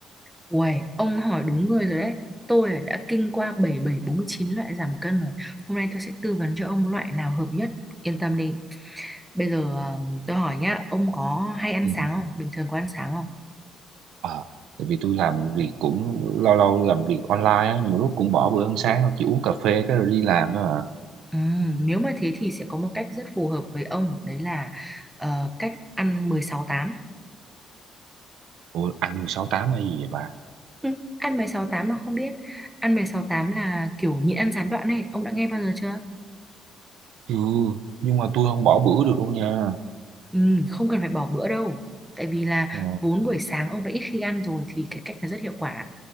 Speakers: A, in the centre; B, on the right (about 75°).
A: Uầy, ông hỏi đúng người rồi đấy. Tôi là đã kinh qua bảy bảy bốn mươi chín loại giảm cân rồi. Hôm nay tôi sẽ tư vấn cho ông loại nào hợp nhất. Yên tâm đi. Bây giờ à, tôi hỏi nhá, ông có hay ăn
B: Ừ.
A: sáng không? Bình thường có ăn sáng không?
B: Ờ, tại vì tôi làm việc cũng lâu lâu làm việc online á, nhiều lúc cũng bỏ bữa ăn sáng, chỉ uống cà phê cái rồi đi làm thôi à.
A: Ừm, nếu mà thế thì sẽ có một cách rất phù hợp với ông, đấy là ờ, cách ăn 16-8.
B: Ủa, ăn 16 tám hay gì vậy bà
A: Ừ, ăn mười sáu tám mà không biết. Ăn mười sáu tám là kiểu nhịn ăn gián đoạn này, ông đã nghe bao giờ chưa?
B: Ừ, nhưng mà tôi không bỏ bữa được đâu nha.
A: Ừ, không cần phải bỏ bữa đâu. Tại vì là
B: Ờ,
A: vốn buổi sáng ông đã ít khi ăn rồi thì cái cách này rất hiệu quả.